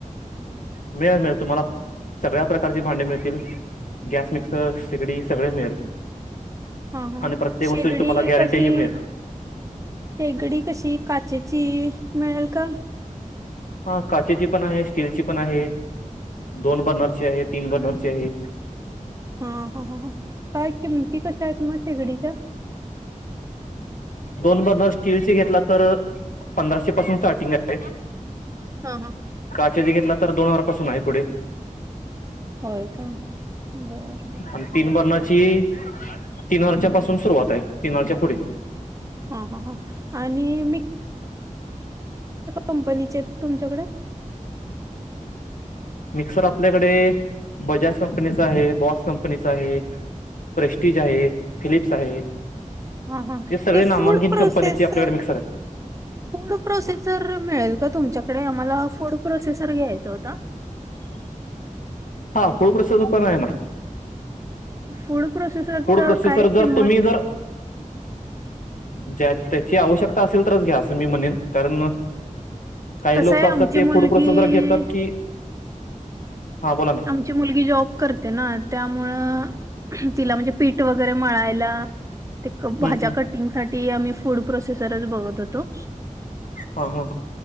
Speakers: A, on the left; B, on the right.
A: मिळेल, मिळेल तुम्हाला सगळ्या प्रकारची भांडी मिळतील. गॅस, मिक्स र शेगडी सगळ मिळेल.
B: हा हा
A: आणि प्रत्येक वस्तूची
B: शेगडी
A: तुम्हाला गॅरंटीही
B: कशी.
A: मिळेल
B: शेगडी कशी? काचेची मिळलं का?
A: हा काचेची पण आहे स्टीलची पण आहे, दोन बर्नरची आहे, तीन बर्नरची आहे.
B: हा हा ह ह काय किमती कशा आहेत म शिगडीच्या
A: दोन बर्नर स्टील चे घेतला तर पंधराशे पासून स्टार्टिंग आहे.
B: हा हा
A: <unintelligible> घेतला तर दोन हजार पासून आहे पुढे.
B: होय काय बरर
A: आणि तीन बर्नरची तीन वरच्या पासून सुरुवात आहे, तीन वरच्या पुढे
B: हा हा हा. आणि कंपनीचेत तुमच्याकडे?
A: मिक्सर आपल्याकडे बजाज कंपनीचा आहे, बॉस कंपनीचा आहे, प्रेस्टीज आहे, फिलिप्स आहे.
B: ह ह
A: हे सगळे
B: ते
A: नामांकित
B: फूड प्रोसेसर,
A: कंपन्याचे आपल्याकडे मिक्सर आहेत
B: फूड प्रोसेसर मिळेल का तुमच्याकडे? आम्हाला फूड प्रोसेसर घ्यायचं होत.
A: हां फूड प्रोसेसर पण आहे ना
B: फूड प्रोसेसरचा
A: फूड प्रोसेसर
B: काय
A: जर
B: किंमत
A: तुम्ही जर ज्या त्याची आवश्यकता असेल तरच घ्या असं मी म्हणेन कारण काही
B: कसं
A: लोक
B: आहे
A: असतात
B: आमची
A: ते
B: मुलगी
A: फूड प्रोसेसर घेतात की हां बोला ना
B: आमची मुलगी जॉब करते ना त्यामुळे तिला म्हणजे पीठ वगैरे मळायला ते भाज्या
A: हं हं
B: कटिंगसाठी ती आम्ही फूड प्रोसेसरच बघत होतो.
A: हा हा